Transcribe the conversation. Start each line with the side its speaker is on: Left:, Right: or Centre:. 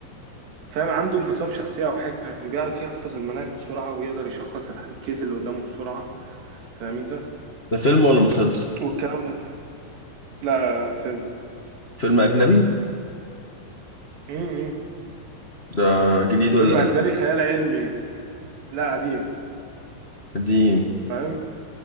Right: فاهم عنده انفصام شخصية أو حاجة كان بيعرف يحفظ المناهج بسرعة ويقدر يشخص الح- الكيس اللي قدامه بسرعة فاهم أنت
Left: ده فيلم ولا مسلسل
Right: والكلام ده لا فيلم
Left: فيلم اجنبي
Right: امم
Left: ده جديد
Right: فيلم
Left: ولا قديم
Right: أجنبي خيال علمي لا قديم
Left: قديم
Right: فاهم